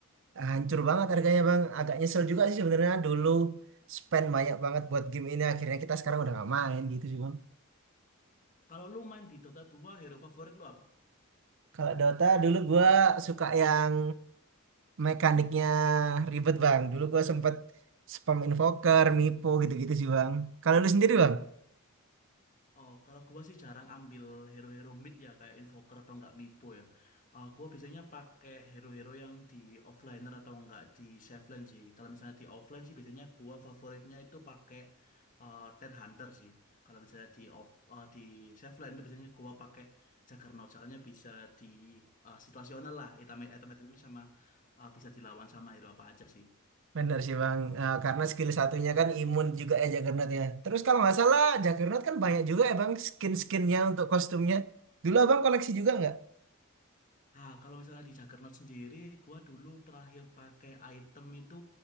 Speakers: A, on the right (about 60°); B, on the left (about 40°).
A: hancur banget harganya bang agak nyesel juga sih sebenarnya dulu spend banyak banget buat game ini akhirnya kita sekarang udah nggak main gitu sih bang
B: Kalau lu main di Dota dua hero favorit lu apa?
A: kalau Dota dulu gua suka yang mekaniknya ribet bang dulu gua sempet spam invoker mipo gitu-gitu sih bang kalau lu sendiri bang
B: Oh, kalau gua sih jarang ambil hero-hero mid ya kayak invoker atau enggak mipo ya. Eh gua biasanya pakai hero-hero yang di offliner atau enggak di safe lane sih. Kalau misalnya di offline sih biasanya gua favoritnya itu pakai eh Ted Hunter sih. Kalau misalnya di off eh, di safe lane itu biasanya gua pakai Juggernaut soalnya bisa di eh, situasional lah. Item item-itemnya sama eh, bisa dilawan sama hero apa aja sih.
A: bener sih bang Eh, karena skill satunya kan imun juga ya Juggernaut ya terus kalau nggak salah Juggernaut kan banyak juga ya bang skin-skinnya untuk kostumnya dulu abang koleksi juga nggak
B: Nah, kalau misalnya di Juggernaut sendiri, gua dulu terakhir pakai item itu,